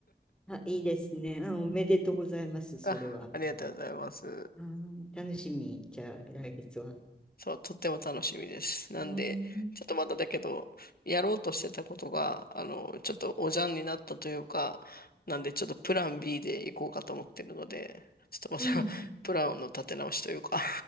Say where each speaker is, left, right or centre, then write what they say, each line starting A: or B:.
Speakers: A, in the centre; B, on the left (about 55°).
A: あ、いいですね。あ、おめでとうございます、それは。
B: あ、ありがとうございます。
A: うん楽しみ。じゃあ、来月は。
B: そう、とっても楽しみです。なんで、
A: うん。
B: ちょっとまだだけど、やろうとしてたことが、あの、ちょっとおじゃんになったというか、なんで、ちょっとプラン B で行こうかと思ってるので、ちょっとまた
A: うん
B: <laughs> プランの立て直しというか <laughs>